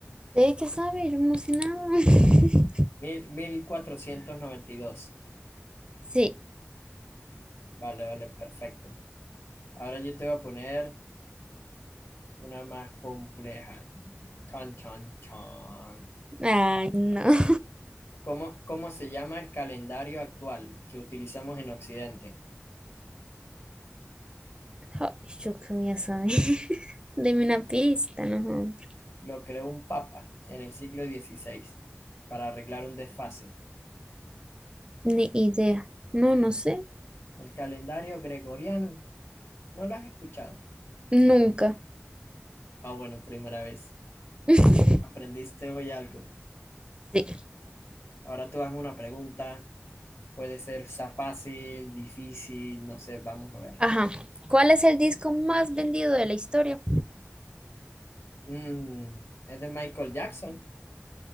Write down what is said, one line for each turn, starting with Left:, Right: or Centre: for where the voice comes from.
Right: ¿De qué sabe? Yo no sé nada. <laughs>
Left: Mil, 1492.
Right: Sí.
Left: Vale, vale, perfecto. Ahora yo te voy a poner una más compleja. Chan, chan, chan.
Right: Ay, no. <laughs>
Left: ¿Cómo, cómo se llama el calendario actual que utilizamos en Occidente?
Right: Ay, yo qué voy a saber. <laughs> Deme una pista, no.
Left: Lo creó un papa en el siglo dieciséis para arreglar un desfase.
Right: Ni idea. No, no sé.
Left: El calendario gregoriano. ¿No lo has escuchado?
Right: Nunca.
Left: Ah, bueno, primera vez.
Right: <laughs>
Left: Aprendiste hoy algo.
Right: Sí.
Left: Ahora tú hazme una pregunta. Puede ser sa- fácil, difícil, no sé, vamos a ver.
Right: Ajá. ¿Cuál es el disco más vendido de la historia?
Left: Mm, es de Michael Jackson.